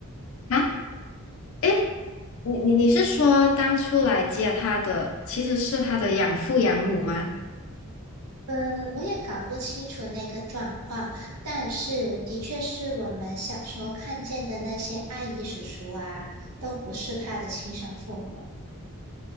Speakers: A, on the left (about 60°); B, on the right (about 80°).
A: 啊，诶，你你你是说当初来接他的其实是他的养父养母吗？
B: 呃，我也搞不清楚那个状况，但是的确是我们小时候看见的那些阿姨叔叔啊，都不是他的亲生父母。